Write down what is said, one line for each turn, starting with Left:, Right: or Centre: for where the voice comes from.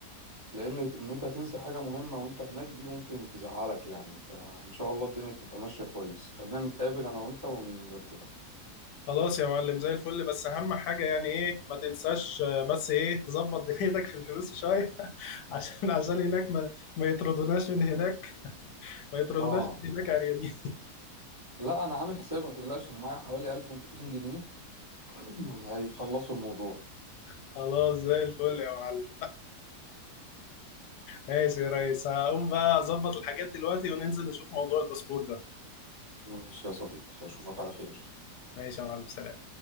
Right: لان ان انت هتنسى حاجه مهمه وانت هناك دي ممكن تزعلك يعني فان شاء الله الدنيا تبقى ماشيه كويس خلينا نتقابل انا وانت ونرتبها
Left: خلاص يا معلم زي الفل بس أهم حاجة يعني إيه ما تنساش آه، بس إيه تظبط <laughs> دنيتك في الفلوس شوية <laughs> عشان عشان هناك ما, ما يطردوناش من هناك ما يطردوناش
Right: اه
Left: من هناك عريانين
Right: لا انا عامل حساب ما تقلقش انا معايا حوالي 1200 جنيه <clears throat> هيخلصوا الموضوع
Left: خلاص زي الفل يا معلم ماشي يا ريس هقوم بقى اظبط الحاجات دلوقتي وننزل نشوف موضوع الباسبور ده
Right: ماشي يا صديقي اشوفك على خير
Left: ماشي يا معلم سلام